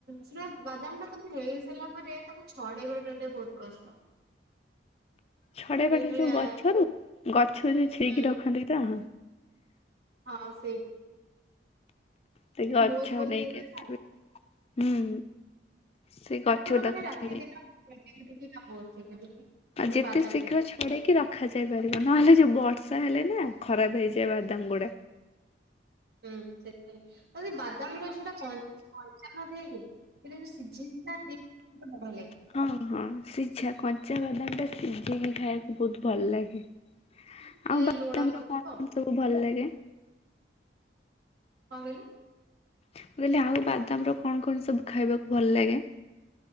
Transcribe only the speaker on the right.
ସେଟା ବାଦାମଟା ତମେ ହେଇସାରିଲା ପରେ ତାକୁ ଛଡ଼େଇବାଟା ଟିକେ ବହୁତ କଷ୍ଟ।
ଯେତେବେଳେ
ହୁଁ।
ହଁ ସେଇ
ବି
ବହୁତ ବହୁତ
ହେଇଥାଏ
ନା
ତାଙ୍କର
ମାନେ ରାତି
ଦିନ <unintelligible>
ବାଦାମ
ଟାଇମରେ
ହୁଁ ସେଥିାଇଁ ମତେ ବାଦାମ ରଛଟା କଁ କଞ୍ଚା ନ ଦେଇକି କିନ୍ତୁ ଯୋଉ ସିଝେଇକି ଖାନ୍ତି ବଡ ଲାଗେ।
ଟିକେ
ଲୁଣ ପଡିଥିବ
କଁ କଇଲ?